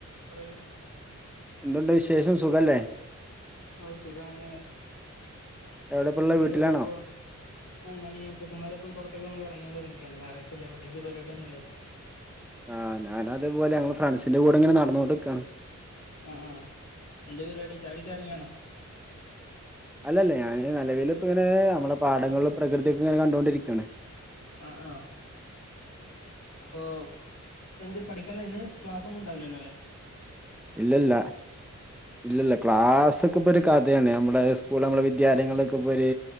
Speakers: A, on the left; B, in the centre.
A: പറയൂ
B: എന്തുണ്ട് വിശേഷം സുഖല്ലേ.
A: ഓ സുഖാണ്
B: എവിടെപ്പള്ള
A: എന്ത് പരിപാടി
B: വീട്ടിലാണോ
A: ഇപ്പോ. ആ ഞാനീ ചെക്കന്മാരൊപ്പം പൊറത്തേക്ക് ഒന്ന് കറങ്ങി ഇറങ്ങാ നിക്കാണ് ഇന്ന് ഞായറാഴ്ച്ചല്ലേ പ്രത്യകിച്ച് പരിപാടിന്നുല്ലല്ലോ
B: ആ ഞാന അതേപോല ഞങ്ങള് ഫ്രൻസിൻന്റെ കൂടെ ഇങ്ങനെ നടന്നു കൊണ്ട്ക്കാണ്
A: ആഹ് എന്ത് പരിപാടി ചായ കുടിക്കാൻ ഇറങ്ങിയാണോ
B: അല്ലല്ല ഞാന് നിലവിൽ ഇപ്പങ്ങനെ നമ്മളെ പാടങ്ങളും പ്രകൃതിക്കൊ ഇങ്ങനെ കണ്ടൊണ്ടിരിക്കണ്.
A: അ ആഹ് അപ്പൊ എന്ത് പഠിക്കലേന്ന് ക്ലാസ്സൊന്നും ഉണ്ടാവില്ലല്ലോ അലേ
B: ഇല്ല ഇല്ല ഇല്ല ഇല്ല ക്ലാസ്സൊക്കെ ഇപ്പൊ ഒരു കഥയാണ് നമ്മ്ളേ കുളങ്ങള് വിദ്യാലയങ്ങളിലൊക്കെ ഇപ്പൊരു